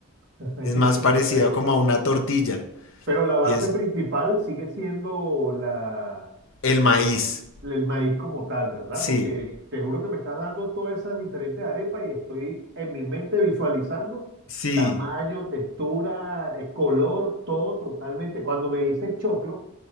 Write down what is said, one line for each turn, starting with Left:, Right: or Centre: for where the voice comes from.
Right: <laughs>
Left: Es más
Right: Increíble.
Left: parecida como a una tortilla.
Right: Pero la base
Left: Y es
Right: principal sigue siendo la,
Left: el maíz.
Right: el maíz como tal, ¿verdad?
Left: Sí,
Right: Porque te juro que me estás dando todas esas diferentes arepas y estoy en mi mente visualizando
Left: sí.
Right: tamaño, textura, eh, color, todo totalmente. Cuando me dices choclo,